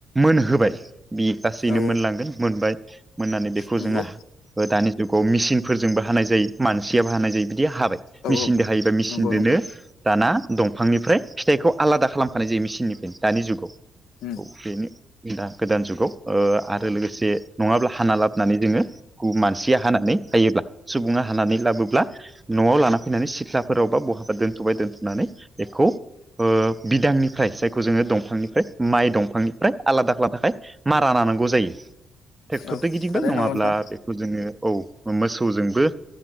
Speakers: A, on the right; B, on the left.
A: मोनहोबाय बे लाासैनो
B: औ
A: मोनलांगोन मोनबाय। मोननानै बेखौ
B: नंगौ
A: जोङो। दानि जुगाव मेसििनफोरजोंबो हानाय जायो मानसियाबो हानाय जायो बिदि हाबाय
B: औ
A: मेसििनजों
B: औ
A: हायो। ा मेचिनजोंोननो।
B: नंगौ नंगौ
A: दाना दंफांनिफ्राय फिथाइखौ आलादा खालामफानाय जायो मेसििननिफ्रायनो दानि जुगाव।
B: उम
A: औ बेनोा गोदान जुगाव आरो लोगोसे नङाब्ला हाना लाबोनानै जोङो। मानसिया हानानै हायोब्ला सुबुङा हानानै लाबोब्ला। न'आव लाना फैनानै सिख्लाफोरावबा बहाबा दोन्थ'बाय दोनथुमनानै बेखौ। बिदांनिफ्राय जायखौ जोङो दंफांनिफ्राय माइ दंफांनिफ्राय आलादा आलादा थाखाय। मारा लानांगौ जायो ट्रेक्टरद
B: औ
A: गिदिंबाय
B: थारैनो
A: नङाब्ला
B: नंगौ नोंथां
A: बेखौ। जोङो औ मोसौजोंबो।